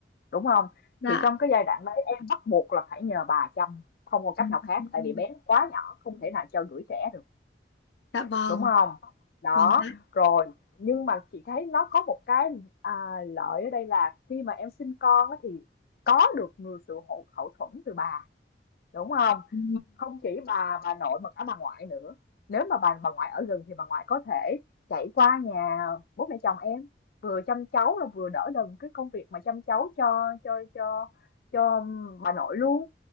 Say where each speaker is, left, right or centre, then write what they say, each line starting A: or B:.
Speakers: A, on the left (about 55°); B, on the left (about 75°).
A: đúng không
B: Dạ.
A: thì trong cái giai đoạn đấy em bắt buộc là phải nhờ bà chăm không còn cách
B: Ừ,
A: nào khác
B: ừ,
A: tại
B: ừ.
A: vì bé nó quá nhỏ không thể nào cho gửi trẻ được
B: Dạ vâng.
A: đúng không đó
B: Vâng ạ.
A: rồi nhưng mà chị thấy nó có một cái à, lợi ở đây là khi mà em sinh con á thì có được người sự hậu, hậu thuẫn từ bà đúng không
B: Ừ,
A: không chỉ bà bà nội mà cả bà ngoại nữa nếu mà bà bà ngoại ở gần thì bà ngoại có thể chạy qua nhà bố mẹ chồng em vừa chăm cháu là vừa đỡ đần cái công việc mà chăm cháu cho cho cho cho bà nội luôn